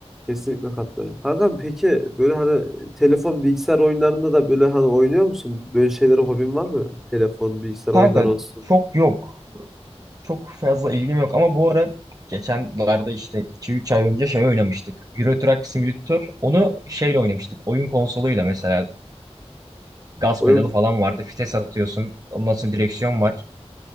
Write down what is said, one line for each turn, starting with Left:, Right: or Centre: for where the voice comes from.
Centre: Kesinlikle katılıyorum. Kanka peki böyle hani telefon bilgisayar oyunlarında da böyle hani oynuyor musun? Böyle şeylere hobin var mı? Telefon, bilgisayar oyunları
Right: Kanka
Centre: olsun.
Right: çok yok. Çok fazla ilgim yok ama bu ara geçenlerde işte iki üç ay önce şey oynamıştık. Euro Truck Simulator. Onu şeyle oynamıştık. Oyun konsoluyla mesela. Gaz
Centre: Oyun
Right: pedalı falan vardı. Vites atıyorsun. Ondan sonra direksiyon var.